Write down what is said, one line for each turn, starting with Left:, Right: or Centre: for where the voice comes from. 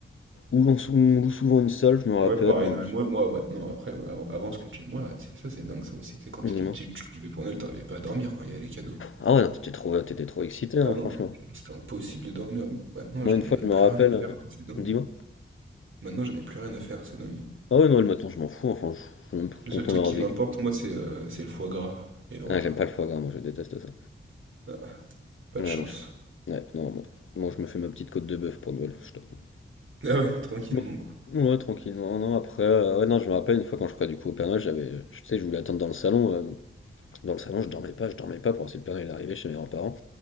Left: Ou on, sou- on loue souvent une salle, je me rappelle.
Right: Ouais, pareil,
Left: on
Right: Noël,
Left: s-
Right: moi, moi maintenant, après, avant, avant ce que tu. Moi, tu sais, ça c'est dingue ça aussi, tu sais, quand t'étais
Left: Dis-moi.
Right: petit, tu devais pour Noël, t'arrivais pas à dormir quand il y avait les cadeaux, quoi.
Left: Ah ouais, non, t'étais trop, t'étais trop excité, hein,
Right: Ah
Left: franchement.
Right: non, c'était c'était impossible de dormir. Maintenant,
Left: Moi,
Right: j'en
Left: une fois,
Right: ai
Left: je
Right: plus
Left: me rappelle...
Right: rien à faire,
Left: euh,
Right: quoi, c'est dingue.
Left: Dis-moi.
Right: Maintenant, j'en ai plus rien à faire, c'est dingue.
Left: Ah ouais, Noël, maintenant, je m'en fous, enfin, je je suis même
Right: Le
Left: content
Right: seul truc
Left: d'avoir
Right: qui
Left: des...
Right: m'importe, moi, c'est euh, c'est le foie gras et le repas.
Left: Ah, j'aime pas le foie gras, moi, je déteste ça.
Right: Ah, pas
Left: Ouais,
Right: de chance.
Left: non, je... ouais, non, bon. Moi, je me fais ma petite côte de bœuf pour Noël, je t'avoue.
Right: Ah ouais, tranquillement,
Left: Bon.
Right: quoi.
Left: Ouais, tranquillement. Non, après, euh, ouais, non, je me rappelle une fois quand je crois du coup au Père Noël, j'avais, je sais, je voulais attendre dans le salon. euh, dans le salon, je dormais pas, je dormais pas pour voir si le Père Noël arrivait chez mes grands-parents.